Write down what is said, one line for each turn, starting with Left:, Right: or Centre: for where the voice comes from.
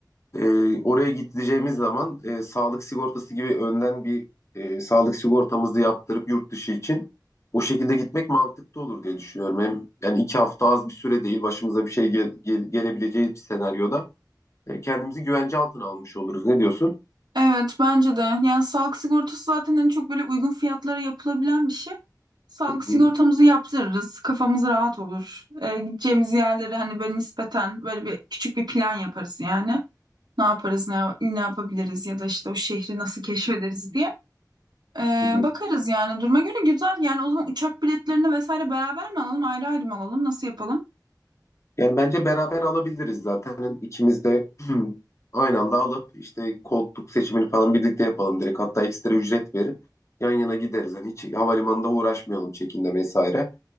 Left: E, oraya gideceğimiz zaman e, sağlık sigortası gibi önden bir e, sağlık sigortamızı yaptırıp yurt dışı için o şekilde gitmek mantıklı olur diye düşünüyorum. Hem, yani iki hafta az bir süre değil başımıza bir şey ge- ge- gelebileceği bir senaryoda e, kendimizi güvence altına almış oluruz. Ne diyorsun?
Right: Evet bence de. Yani sağlık sigortası zaten en çok böyle uygun fiyatlara yapılabilen bir şey. Sağlık
Left: Hı hı,
Right: sigortamızı yaptırırız. Kafamız rahat olur. Ee, gideceğimiz yerlere hani böyle nispeten böyle bir küçük bir plan yaparız yani. Ne yaparız, ne, ne yapabiliriz ya da işte o şehri nasıl keşfederiz diye. Ee,
Left: hı hı.
Right: bakarız yani duruma göre güzel. Yani o zaman uçak biletlerini vesaire beraber mi alalım, ayrı ayrı mı alalım, nasıl yapalım?
Left: Yani bence beraber alabiliriz zaten. Hani ikimiz de <clears throat> aynı anda alıp işte koltuk seçimini falan birlikte yapalım direkt. Hatta ekstra ücret verip yan yana gideriz. Yani hiç havalimanında uğraşmayalım çekimle vesaire.